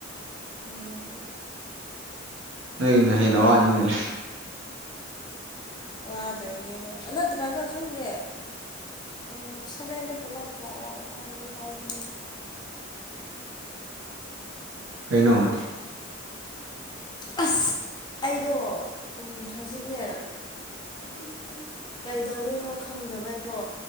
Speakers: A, on the left; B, on the right.
A: ꯎꯝ
B: ꯅ ꯅ ꯍꯦꯅ ꯋꯥꯅꯤ
A: ꯋꯥꯗꯣꯏꯅꯦ ꯍꯣꯏ ꯅꯠꯇ꯭ꯔꯒ ꯈꯪꯗꯦ ꯎꯝ ꯁꯞꯑꯣꯗꯤꯕꯨ
B: ꯀꯩꯅꯩꯅꯣ
A: ꯑꯁ ꯑꯩꯗꯣ ꯍꯧꯖꯤꯛꯅꯦ
B: ꯑꯗꯨ
A: ꯀꯩꯗꯧꯗꯣꯏꯅꯣ ꯈꯪꯗꯕꯩꯀꯣ